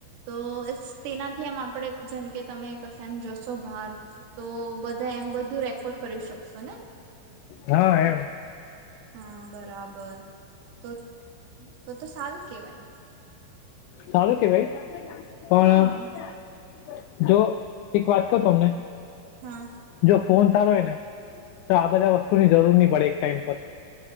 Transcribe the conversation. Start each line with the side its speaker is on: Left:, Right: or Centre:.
Right: તો સ- તેનાથી એમ આપડે જેમ કે તમે કશ એમ જશો બહાર તો બધા એમ બધા બધું રેકોર્ડ કરી શકશો ને
Left: હા એમ
Right: હા બરાબર તો તો તો સારું કેવાય
Left: સારું કેવાય પણ
Right: હા
Left: જો એક વાત કહું તમને
Right: હા
Left: જો ફોન સારો હોય ને તો આ બધા વસ્તુની જરૂર નહી પડે એક ટાઈમ પર